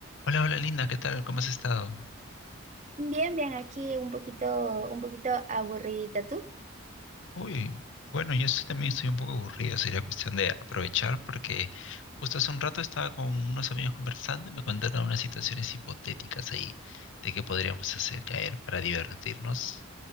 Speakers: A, on the left; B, on the right.
A: Hola, hola Linda, ¿qué tal? ¿Cómo has estado?
B: Bien, bien, aquí un poquito, un poquito aburridita tú.
A: Uy, bueno, yo estoy- también estoy un poco aburrido, sería cuestión de aprovechar porque justo hace un rato estaba con unos amigos conversando y me contaron unas situaciones hipotéticas ahí de qué podríamos hacer. Y a ver, para divertirnos,